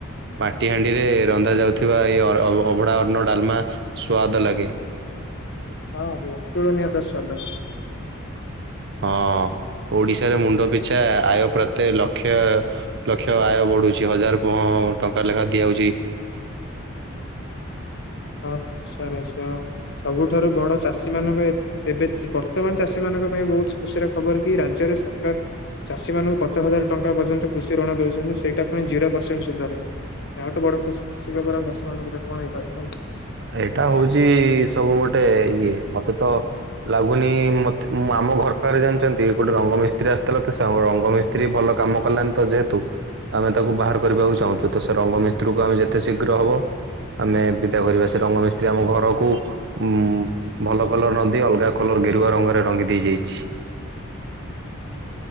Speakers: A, on the right; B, on the left.
A: ମାଟି ହାଣ୍ଡିରେ ରନ୍ଧା ଯାଉଥିବା ଏଇ ଅର ଅଭ ଅଭଡ଼ା ଅନ୍ନ ଡାଲମା ସୁଆଦ ଲାଗେ।
B: ହଁ ଅତୁଳନିୟ ତା ସ୍ୱାଦ।
A: ହଁ ଓଡିଶାରେ ମୁଣ୍ଡ ପିଛା ଆୟ ପ୍ରତେ ଲକ୍ଷେ ଲକ୍ଷ ଆୟ ବଢ଼ୁଛି ହଜାର ପହ ଟଙ୍କା ଲେଖା ଦିଆଯାଉଛି।
B: ହଁ ନିଶ୍ଚୟ ନିଶ୍ଚୟ ସବୁଠାରୁ ବଡ଼ ଚାଷୀ ମାନେ ବି ଏତ ଏବେ ଚି ବର୍ତ୍ତମାନ ଚାଷୀ ମାନଙ୍କ ପାଇଁ ବହୁତ ଖୁସିର ଖବର କି ରାଜ୍ୟରେ ସରକାର ଚାଷୀ ମାନଙ୍କୁ ପଚାଶ ହଜାର ଟଙ୍କା ପର୍ଯ୍ୟନ୍ତ କୃଷି ଋଣ ଦଉଛନ୍ତି ସେଇଟାପୁଣି ଜିରୋ ପରସେଣ୍ଟ ସୁଧରେ। ଏହାଠୁ ବଡ ଖୁସ ଖୁସି ଖବର ଆମ ଚାଷୀ ମାନଙ୍କ ପାଇଁ କଣ ହେଇପାରେ କୁହନ୍ତ?
A: ଏଇଟା ହଉଛି ସବୁ ଗୋଟେ ଇଏ ମତେତ ଲାଗୁନି ମତେ ମ ଆମ ଘର ପାଖରେ ଜାଣିଛନ୍ତି ଗୋଟେ ରଙ୍ଗ ମିସ୍ତ୍ରୀ ଆସିଥିଲା ତ ସେ ରଙ୍ଗ ମି ସେ ଭଲ କାମ କଲାନି ତ ଯେହେତୁ ଆମେ ତାକୁ ବାହାର କରିବାକୁ ଚାହୁଁଛୁ, ତ ସେ ରଙ୍ଗ ମିସ୍ତ୍ରୀକୁ ଆମେ ଯେତେ ଶୀଘ୍ର ହବ ଆମେ ବିଦା କରିବା ସେ ରଙ୍ଗ ମିିସ୍ତ୍ରୀ ଆମ ଘରକୁ ଉଁ ଭଲ କଲର ନଦେଇ, ଅଲଗା କଲର ଗେରୁଆ ରଙ୍ଗରେ ରଙ୍ଗି ଦେଇ ଯାଇଛି।